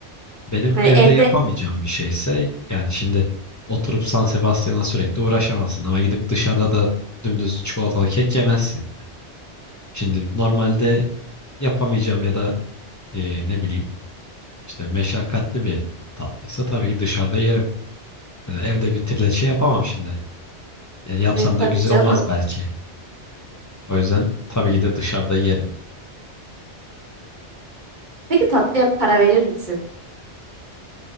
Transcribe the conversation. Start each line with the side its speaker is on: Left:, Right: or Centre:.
Left: Benim
Right: Hani
Left: evde
Right: evde
Left: yapamayacağım bir şeyse yani şimdi oturup San Sebastian'a sürekli uğraşamazsın ama gidip dışarıda da dümdüz çikolatalı kek yemezsin. Yani. Şimdi normalde yapamayacağım ya da e, ne bileyim işte meşakkatli bir tatlıysa tabii ki dışarıda yerim. Yani evde bir trileçe yapamam şimdi. Ya yapsam
Right: e, tabii
Left: da güzel
Right: canım.
Left: olmaz belki. O yüzden tabii ki de dışarıda yerim.
Right: Peki tatlıya para verir misin?